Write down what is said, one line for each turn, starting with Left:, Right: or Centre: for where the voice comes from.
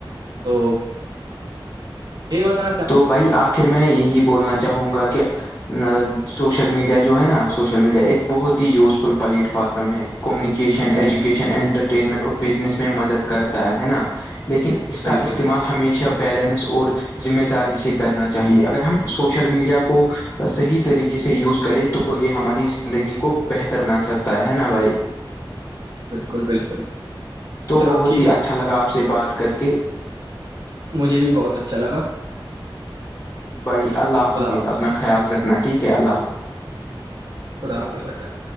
Right: تو یہ وتن
Left: تو بھائی آخر میں یہی بولنا چاہوں گا کہ سوشل میڈیا جو ہے نا سوشل میڈیا ایک بہت ہی یوزفل پلیٹ فارم ہے کمیونیکیشن
Right: بالکل
Left: ایجوکیشن اٹر ٹرینمنٹ اور بزنس میں مدد کرتا ہے نا لیکن اس کا
Right: بالکل
Left: استعمال ہمیشہ بیلنس اور ذمہ داری سے کرنا چاہیے اگر ہم سوشل میڈیا کو صحیح طریقے سے یوز کریں تو تو یہ ہماری زندگی کو بہتر بنا سکتا ہے نا بھائی
Right: بالکل بالکل
Left: تو
Right: چلو
Left: بہت
Right: ٹھیک
Left: ہی
Right: ہے
Left: اچھا لگا آپ سے بات کر کے
Right: مجھے بھی بہت اچھا لگا
Left: بھائی اللہ
Right: خدا
Left: حافظ اپنا
Right: بھائی جان
Left: خیال رکھنا ٹھیک ہے اللہ حافظ
Right: خدا حافظ بھائی جان